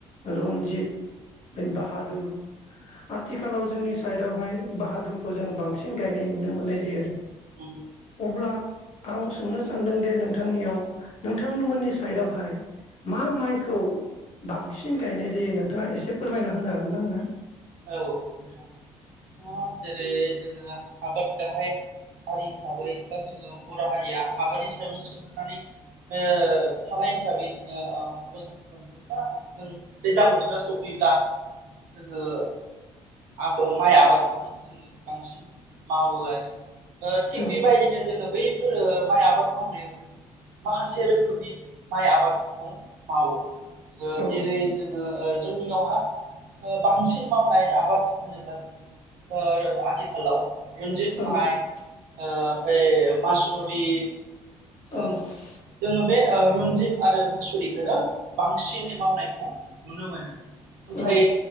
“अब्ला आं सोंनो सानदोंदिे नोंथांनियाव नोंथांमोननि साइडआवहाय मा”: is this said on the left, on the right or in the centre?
Left